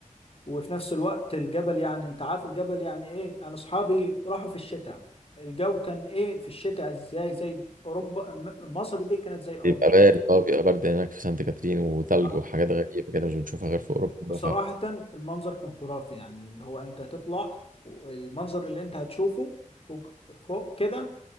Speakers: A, on the left; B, on the right.
A: وفي نفس الوقت الجبل يعني انت عارف الجبل يعني ايه انا اصحابي راحوا في الشتاء الجو كان ايه في الشتاء ازاي زي اوروبا م- مصر دي كانت زي اوروبا
B: بيبقى بارد اه بيبقى برد هناك في سانت كاترين وثلج
A: آه،
B: وحاجات غريبه كده مش بنشوفها غير في اوروبا
A: فصراحة
B: ف
A: المنظر كان خرافي يعني اللي هو انت تطلع والمنظر اللي انت هتشوفه فوق فوق كده